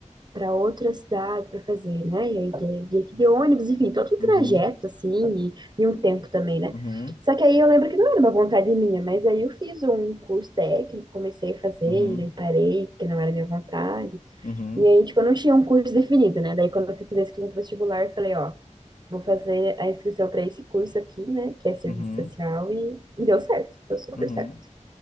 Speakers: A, on the right; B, on the left.
A: para outra cidade para fazer, né? E aí de, de, de ônibus, enfim, todo um trajeto,
B: uhum,
A: assim, e, e um tempo também, né?
B: uhum,
A: Só que aí eu lembro que não era uma vontade minha, mas aí eu fiz um curso técnico, comecei a fazer,
B: uhum,
A: e daí parei, que não era minha vontade.
B: uhum,
A: E aí, tipo, eu não tinha um curso definido, né? Daí quando eu fui fazer a inscrição vestibular, eu falei, ó, vou fazer a inscrição para esse curso aqui, né? Que é serviço
B: uhum,
A: social, e, e deu certo, deu super
B: uhum,
A: certo.
B: uhum.